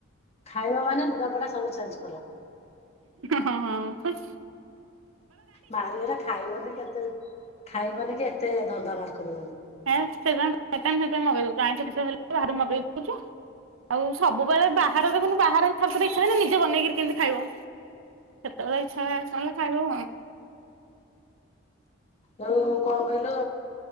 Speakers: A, on the left; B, on the right.
A: ଖାଇବା ମାନ ଲୁଗାପଡା ସବୁ ଚେଞ୍ଚ କର।
B: ହଁ ହ।
A: ବାହାରିଲେ ଖାଇବନି କେତେ। ଖାଇବନି କି ଏତେ ଦରଦ ବାହାର କରିବନି।
B: ହ୍ମେ ସେ ଜ ସେଗେଇ ଦଉଛୁ ଆଇଁଠ ଶେଷ ହେ ବା ମଗେଇ ଦଉଛୁ ଆଉ ସବୁବେଳେ ବାହାର ଦେଖନ୍ତୁ ବାହାରାରେ ସ ଇଚ୍ଛା ନା ନିଜେ ବନେଇକି କେମିତି ଖାଇବ? ଚଳେଇଛ କ ଖାୁ
A: ଆଉ କଣ କହିଲୁ